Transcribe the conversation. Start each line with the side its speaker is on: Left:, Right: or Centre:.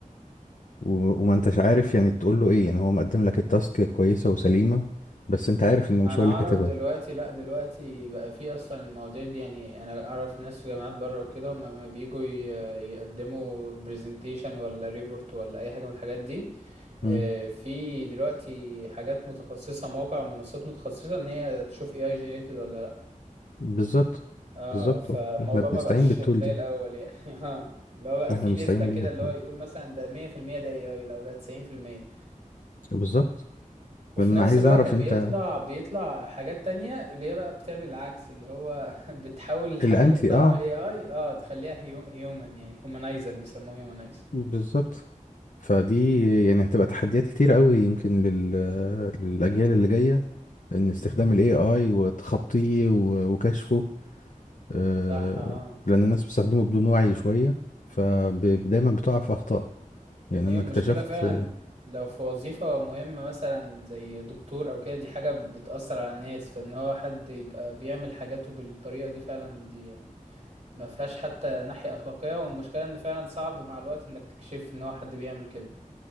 Left: و- وما انتش عارف يعني تقول له ايه يعني هو مقدم لك التاسك كويسه وسليمه بس انت عارف انه مش
Right: انا
Left: هو
Right: اعرف
Left: اللي كاتبها
Right: دلوقتي لا دلوقتي بقى في اصلا المواضيع دي يعني انا اعرف ناس في جامعات بره وكده هم لما بييجوا ي- يقدموا برزنتيشن ولا ريبورت ولا اي حاجه من الحاجات دي آه،
Left: مم.
Right: في دلوقتي حاجات متخصصه مواقع ومنصات متخصصه ان هي تشوف اي اي جينيريتد ولا لا
Left: بالظبط
Right: اه
Left: بالظبط
Right: فالموضوع
Left: اه. احنا بنستعين
Right: ما بقاش
Left: بالتول
Right: زي
Left: دي
Right: الاول يعني <laughs> اه اللي هو بقى
Left: احنا
Right: في
Left: بنستعين
Right: نسبه كده
Left: بيها
Right: اللي
Left: فعلا
Right: هو يقول مثلا ده 100% ده اي اي لو ده 90%
Left: بالظبط
Right: وفي
Left: لان انا
Right: نفس
Left: عايز
Right: الوقت
Left: اعرف
Right: بيطلع
Left: انت
Right: بيطلع حاجات تانية اللي هي بقى بتعمل العكس اللي هو <laughs> بتحاول الحاجة
Left: الانتي
Right: اللي طالعة
Left: اه
Right: من الاي اي اه تخليها هيومن يعني هيومنايزر بيسموه هيومنايزر
Left: بالظبط فدي يعني هتبقى تحديات كتير قوي يمكن لل... للأجيال اللي جاية إن استخدام ال AI وتخطيه و- وكشفه آه،
Right: صح اه
Left: لأن الناس بتستخدمه بدون وعي شوية فدايما بتقع في أخطاء يعني
Right: هي
Left: أنا
Right: المشكلة
Left: اكتشفت
Right: فعلا لو في وظيفة مهمة مثلا زي دكتور او كده دي حاجة ب- بتأثر على الناس فان هو حد يبقى بيعمل حاجاته بالطريقة دي فعلا دي يعني ما فيهاش حتى ناحية أخلاقية والمشكلة ان فعلا صعب مع الوقت انك تكشف ان هو حد بيعمل كده